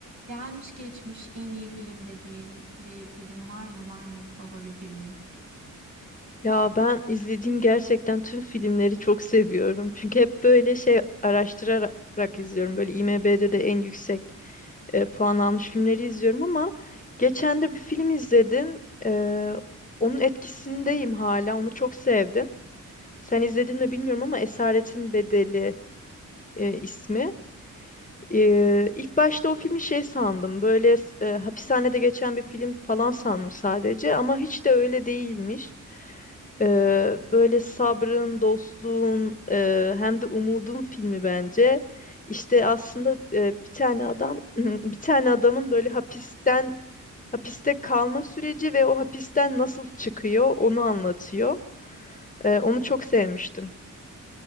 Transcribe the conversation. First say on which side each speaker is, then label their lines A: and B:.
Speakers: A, on the right (about 60°); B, on the left (about 25°).
A: Gelmiş geçmiş en iyi film dediğin bir film var mı? Var mı favori filmin?
B: Ya ben izlediğim gerçekten tüm filmleri çok seviyorum. Çünkü hep böyle şey araştırarak izliyorum. Böyle IMDb'de de en yüksek e, puan almış filmleri izliyorum ama geçen de bir film izledim. E, onun etkisindeyim hala. Onu çok sevdim. Sen izledin mi bilmiyorum ama Esaretin Bedeli e, ismi. E, ilk başta o filmi şey sandım. Böyle e, hapishanede geçen bir film falan sandım sadece ama hiç de öyle değilmiş. Ee, böyle sabrın, dostluğun, e, hem de umudun filmi bence. İşte aslında e, bir tane adam, <clears throat> bir tane adamın böyle hapisten hapiste kalma süreci ve o hapisten nasıl çıkıyor onu anlatıyor. Ee, onu çok sevmiştim.